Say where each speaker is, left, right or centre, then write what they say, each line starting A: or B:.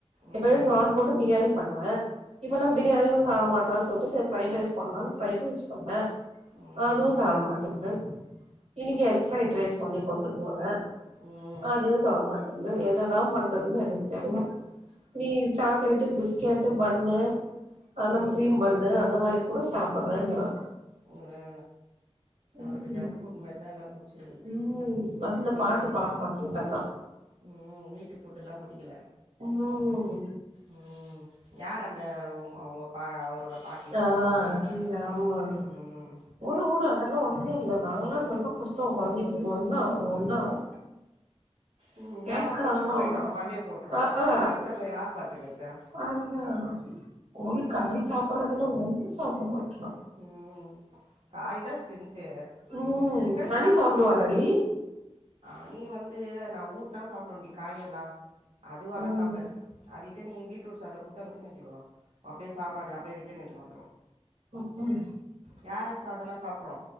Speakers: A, on the right; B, on the right.
A: ம்
B: எப்பமே பிரான் போட்டு பிரியாணி பண்ணுவே இப்வல்லா
A: ம்
B: பிரியாணியு சாப்ட மாட்டறா சொல்ட்டு சரி ஃப்ரைட் ரைஸ் பண்ணலானு பிரைட் ரைஸ் பண்ணே
A: ம்
B: அதுவு சாப்ட மாட்டன்து இன்னிக்கி எக் ஃப்ரைட் ரைஸ் பண்ணி கொண்டு போனே
A: ம்
B: அதயு தொடமாட்ட ன்து எததா பண்றதுன்னு எனக்கு தெர்ல நீ சாக்லேட்டு பிஸ்கெட்டு பன்னு அந்த
A: ம்
B: கிரீம் பன்னு அந்த மாரி கூட சாப்பற்றேங்ரா
A: வஹே அவருக்கு
B: ம்
A: ஜங்க் ஃபுட்மாரி தா எல்லாம் புடிச்சிருக்குது
B: ம் அது இந்த
A: வீட்டு
B: பாட்டி
A: ஃபுட்
B: பழக்கப்படுத்தி விட்டதுதா
A: உம் வீட்டு ஃபுட்டெல்லா புடிக்ல
B: உம்
A: உம் யார் அந்த அவுங்க பா அவரோட பாட்டிதானே
B: ஆ
A: அவுங்கதானே
B: கீழ ஆமா
A: ம்
B: வுடு வுடு அதெல்லா ஒண்ணு இல்ல நாங்களா ஜங் புட் குடுத்தோ கொழந்தைங்களுக்கு ஒண்ணு ஆவாது ஒண்ணு ஆவாது
A: ம் இந்த
B: கேக்கறாங்ளா
A: அம்மா சொல்ட்டு போயிடு மண்டைய போட்ரு
B: அஹ்ஹா
A: ஃப்யூச்சர்ல யார் பாத்துக்கறது
B: அதுதா ஒரு காய் சாப்றதுல ஒண்ணு சாப்பிட மாட்டன்றா
A: ம் காய்தா ஸ்றெந்தே
B: ம்
A: கே சிக்கன்
B: ஹனி
A: சாப்ட்லா
B: சாப்புடுவாளாடி
A: ஆ நீ வந்து நா ஊட்டுனா சாப்டுவண்டி காயெல்லா அதுவாளா
B: ம்
A: சாப்டாது அது தே நீ பீட்ரூட் சாதோ குடுத்தனுப்பிச்சே வெச்சிக்கோ அப்டியே சப்பாடு அப்டியே ரிட்டன் எடுத்துன்னு வந்துரு
B: உஹ்ஹும்
A: கேரட் சாதோன சாப்ட்று